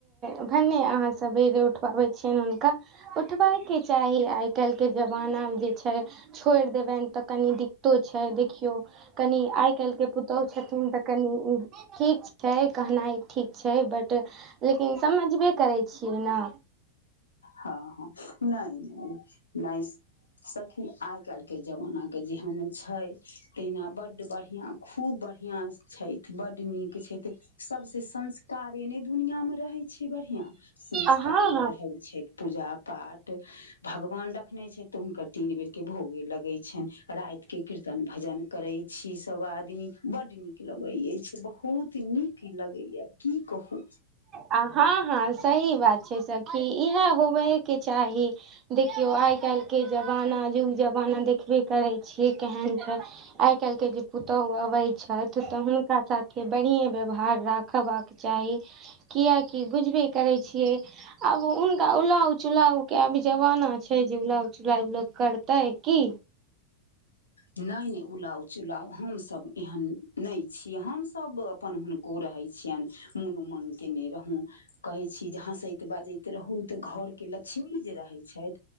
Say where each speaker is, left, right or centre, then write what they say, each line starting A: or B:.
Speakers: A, on the right; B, on the left.
A: भनने अहाँ सवेरे उठबाबय छियनि हुनका उठबयके चाही आइ काल्हिके जमाना जे छै छोड़ि देबनि तऽ कनि दिक्कतो छै देखियौ कनि आइ काल्हि के पुतोहु छथिन तऽ कनि ठीक छै कहनाइ ठीक छै बट लेकिन समझबे करे छियै ने
B: हँ हँ नहि नहि सखि आइ काल के जमाना के जेहन छै तहिना बड बढ़िया खूब बढ़िया से छथि बड नीक छथि सबसे संस्कारे ने दुनिया मे रहै छै बढ़िया संस्कार
A: अहाँ
B: मे रहै छैथ पूजा पाठ भगवान रखने छथि तऽ हुनकर तीन बेर के भोगे लगैत छनि रातिके कीर्तन भजन करै छी सभ आदमी बड्ड नीक लगै अछि बहुत नीक लगैया की कहू
A: हँ हँ सही बात छै सखी इएह होबयके चाही देखियौ आइ काल्हि के जमाना युग जमाना देखबे करै छियै केहन छै आइ काल्हि के जे पुतोहु अबै छथि तऽ हुनका साथे बढ़िए व्यवहार राखबाक आब चाही कियकि बुझबे करै छियै आब हुनका उलाउ चुलाउ के आब जमाना छै जे उलाउ चुलाउ लोक करतै की
B: नहि नहि उलाउ चुलाउ हमसभ एहन नहि छियै हमसभ अपन हुन को रहै छियनि मोनो मग केने रहौ कहै छी जे हँसैत बाजैत रहू तऽ घरके लक्ष्मी जे रहै छथि